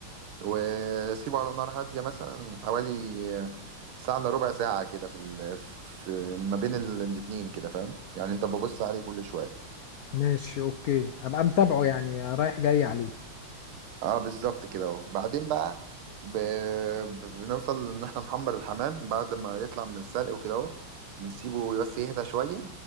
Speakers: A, on the right (about 85°); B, on the left (about 80°).
A: وسيبه على نار هاديه مثلا حوالي آه، ساعه الا ربع ساعه كده في ال... في ما بين ال- الاتنين كده فاهم يعني انت ببص عليه كل شويه
B: ماشي اوكي ابقى متابعه يعني رايح جاي عليه
A: اه بالظبط كده اهو بعدين بقى ب... ب- بنوصل ان احنا نحمر الحمام بعد ما يطلع من السلق وكده اهو بنسيبه بس يهدى شويه